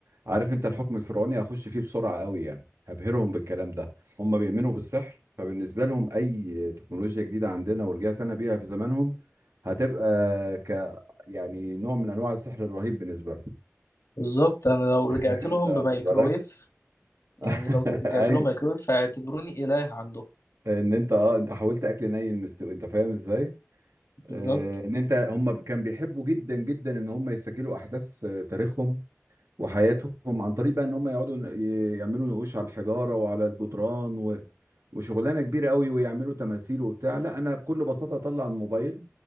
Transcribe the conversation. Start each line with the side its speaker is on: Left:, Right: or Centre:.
Right: عارف انت الحكم الفرعوني هخش فيه بسرعه قوي يعني هبهرهم بالكلام ده هم بيؤمنوا بالسحر فبالنسبه لهم اي تكنولوجيا جديده عندنا ورجعت انا بيها في زمانهم هتبقى ك يعني نوع من انواع السحر الرهيب بالنسبه لهم
Left: بالظبط انا لو رجعت
Right: <laughs>
Left: لهم
Right: انت واخد
Left: بميكرويف
Right: بالك <laughs>
Left: يعني لو رجعت
Right: ايوه
Left: لهم ميكرويف هيعتبروني إله عندهم
Right: ان انت اه انت حاولت اكل ني المستوي انت فاهم ازاي
Left: بالظبط
Right: آه، ان انت هم كان بيحبوا جدا جدا ان هم يسجلوا احداث آه، تاريخهم وحياتهم عن طريق بقى ان هم يقعدوا ن- ي- يعملوا نقوش على الحجاره وعلى الجدران و... وشغلانه كبيره قوي ويعملوا تماثيل وبتاع لا انا بكل بساطه اطلع الموبايل